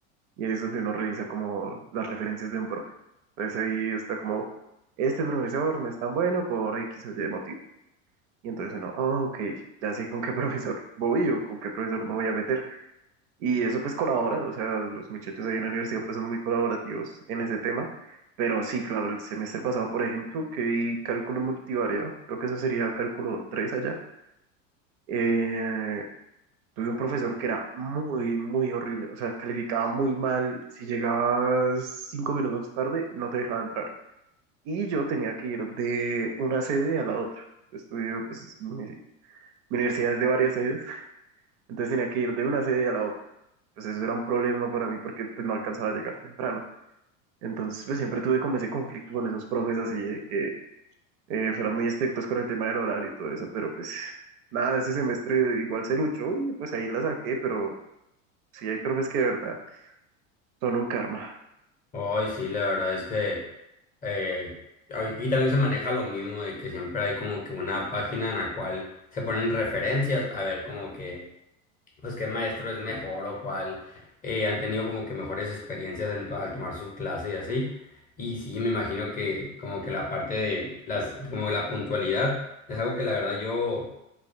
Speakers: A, on the right; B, on the left.
A: y ahí es donde uno revisa como las referencias de un profe. Entonces ahí está como, este profesor no es tan bueno por X o Y motivo. Y entonces uno, "Ah, ok, ya sé con qué <laughs> profesor voy o con qué profesor me voy a meter. Y eso pues colabora, o sea, los muchachos ahí en la universidad pues son muy colaborativos en ese tema, pero sí, claro, el semestre pasado, por ejemplo, que vi cálculo multivariado, creo que eso sería cálculo 3 allá, eh, tuve un profesor que era muy, muy horrible, o sea, calificaba muy mal, si llegabas 5 minutos tarde, no te dejaba entrar. Y yo tenía que ir de una sede a la otra. Estudio, pues, mi, mi universidad es de varias sedes, entonces tenía que ir de una sede a la otra. Pues eso era un problema para mí porque pues, no alcanzaba a llegar temprano. Entonces pues siempre tuve como ese conflicto con esos profes así de que eh, fueran muy estrictos con el tema del horario y todo eso, pero pues nada, ese semestre igual se luchó y pues ahí la saqué, pero sí hay profes que de verdad son un karma.
B: Hoy sí, la verdad es que eh, aquí también se maneja lo mismo de que siempre hay como que una página en la cual se ponen referencias a ver como que pues qué maestro es mejor o cuál eh, han tenido como que mejores experiencias en to- al tomar sus clases y así. Y sí, me imagino que como que la parte de las como la puntualidad es algo que la verdad yo